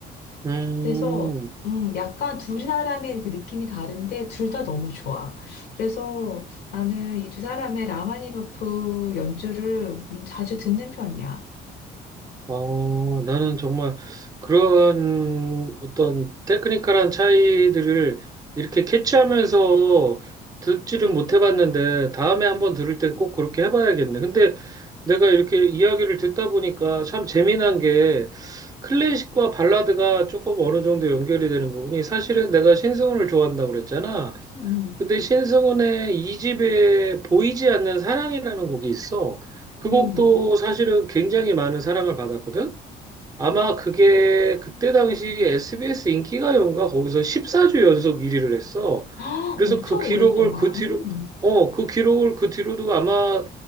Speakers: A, on the right; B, on the left.
A: 음,
B: 그래서, 음, 약간 두 사람의 그 느낌이 다른데, 둘 다 너무 좋아. 그래서 나는 이 두 사람의 라마니노프 연주를 음, 자주 듣는 편이야.
A: 아, 나는 정말 그런 어떤 테크니컬한 차이들을 이렇게 캐치하면서 듣지를 못 해봤는데 다음에 한번 들을 땐 꼭 그렇게 해봐야겠네. 근데 내가 이렇게 이야기를 듣다 보니까 참 재미난 게 클래식과 발라드가 조금 어느 정도 연결이 되는 부분이 사실은 내가 신승훈을 좋아한다고 그랬잖아.
B: 음.
A: 근데 신승훈의 이 집에 보이지 않는 사랑이라는 곡이 있어. 그 곡도
B: 음.
A: 사실은 굉장히 많은 사랑을 받았거든. 아마 그게 그때 당시 SBS 인기가요인가 거기서 14주 연속 1위를 했어.
B: <gasps> 아,
A: 그래서
B: 엄청
A: 그 기록을
B: 오랫동안.
A: 그 뒤로
B: 음.
A: 어, 그 기록을 그 뒤로도 아마